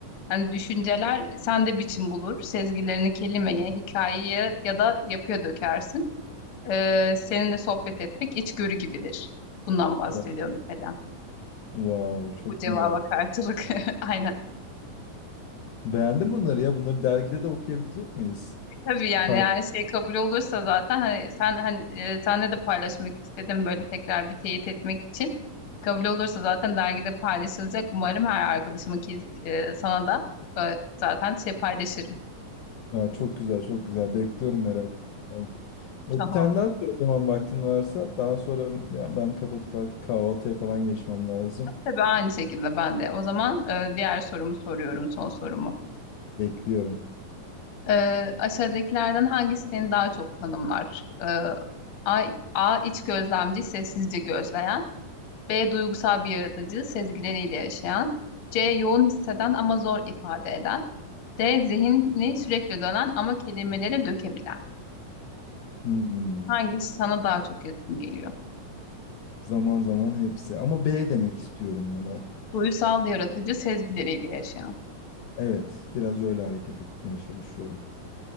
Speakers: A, on the left; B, on the left.
A: Hani düşünceler sende biçim bulur. Sezgilerini kelimeye, hikayeye ya da yapıya dökersin. Ee, seninle sohbet etmek içgörü gibidir. Bundan bahsediyor
B: Wa-
A: mesela.
B: Wow, çok
A: Bu cevaba
B: güzel.
A: karşılık. <laughs> Aynen.
B: Beğendin bunları ya. Bunları dergide de okuyabilecek miyiz?
A: E, Tabii yani
B: Far-
A: her şey kabul olursa zaten hani sen hani e, senle de paylaşmak istedim böyle tekrar bir teyit etmek için. Kabul olursa zaten dergide paylaşılacak. Umarım her arkadaşıma ki e, sana da e, zaten şey paylaşırım.
B: Aa, çok güzel, çok güzel. Bekliyorum merak. Tamam. E,
A: Tamam.
B: Bir tane daha sor o zaman vaktin varsa. Daha sonra ya ben kapatıp artık kahvaltıya falan geçmem lazım.
A: Tabii aynı şekilde ben de. O zaman e, diğer sorumu soruyorum, son sorumu.
B: Bekliyorum.
A: E, aşağıdakilerden hangisi seni daha çok tanımlar? E, A, A iç gözlemci, sessizce gözleyen. B. Duygusal bir yaratıcı, sezgileriyle yaşayan. C. Yoğun hisseden ama zor ifade eden. D. Zihni sürekli dönen ama kelimelere dökebilen.
B: Hmm.
A: Hangisi sana daha çok yakın geliyor?
B: Zaman zaman hepsi. Ama B demek istiyorum buna.
A: Duygusal yaratıcı, sezgileriyle yaşayan.
B: Evet, biraz öyle hareket etmeye çalışıyorum.